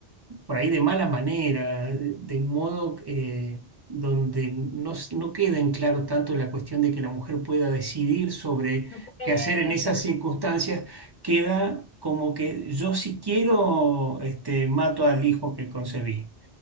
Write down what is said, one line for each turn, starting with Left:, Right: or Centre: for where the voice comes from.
Right: por ahí de mala manera, de de un modo eh, donde no, s- no queda en claro tanto la cuestión de que la mujer pueda decidir sobre
Left: No pu- eh,
Right: qué hacer en esas
Left: que lo
Right: circunstancias,
Left: llaman.
Right: queda como que yo si quiero este, mato al hijo que concebí.